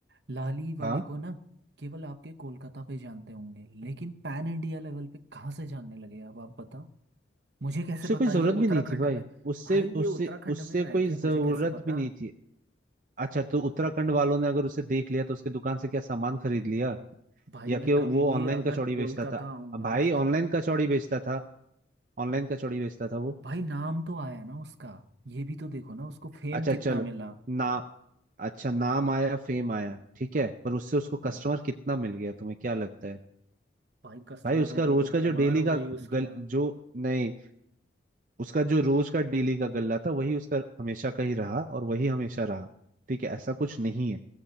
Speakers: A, on the right; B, on the right.
A: लाली वाले
B: हाँ
A: को ना केवल आपके कोलकाता पे जानते होंगे लेकिन पैन इंडिया लेवल पे कहाँ से जानने लगे अब आप बताओ मुझे कैसे
B: उसे
A: पता
B: कोई जरूरत
A: ये उत्तराखंड
B: भी नहीं थी भाई
A: में
B: उससे
A: भाई ये
B: उससे
A: उत्तराखंड
B: उससे
A: में रह
B: कोई
A: के मुझे
B: जरूरत
A: कैसे पता
B: भी नहीं थी अच्छा तो उत्तराखंड वालों ने अगर उसे देख लिया तो उसके दुकान से क्या सामान खरीद लिया
A: भाई
B: या
A: मैं
B: कि वो
A: कभी भी
B: ऑनलाइन
A: अगर
B: कचौड़ी बेचता
A: कोलकाता
B: था
A: आऊंगा
B: भाई
A: तो
B: ऑनलाइन कचौड़ी बेचता था ऑनलाइन कचौड़ी बेचता था वो
A: भाई नाम तो आया ना उसका ये भी तो देखो ना उसको फेम
B: अच्छा
A: कितना
B: चलो
A: मिला
B: ना अच्छा नाम आया फेम आया ठीक है पर उससे उसको
A: हाँ
B: कस्टमर कितना मिल गया तुम्हें क्या लगता है
A: भाई कस्टमरों
B: भाई उसका
A: की
B: रोज
A: तो भरमार
B: का जो डेली
A: हो
B: का
A: गई उसके
B: गल
A: यहाँ
B: जो नहीं उसका जो रोज का डेली का गल्ला था वही उसका हमेशा का ही रहा और वही हमेशा रहा ठीक है ऐसा कुछ नहीं है